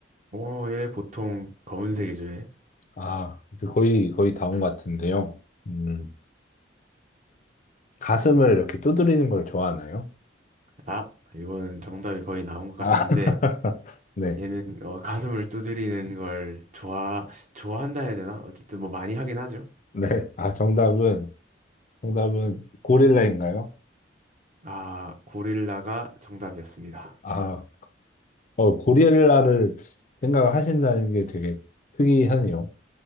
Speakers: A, on the right (about 40°); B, on the left (about 40°).
A: 어 얘 보통 검은색이죠 얘.
B: 아 이제 거의 거의 다 온 것 같은데요. 음 가슴을 이렇게 두드리는 걸 좋아하나요?
A: 아 이거는 정답이 거의 나온 것 같은데
B: 아 <laughs> 네,
A: 얘는 어, 가슴을 두드리는 걸 좋아 좋아한다 해야 되나? 어쨌든 뭐 많이 하긴 하죠.
B: 네. 아 정답은 정답은 고릴라인가요?
A: 아, 고릴라가 정답이었습니다.
B: 아 어 고릴라를 생각하신다는 게 되게 특이하네요.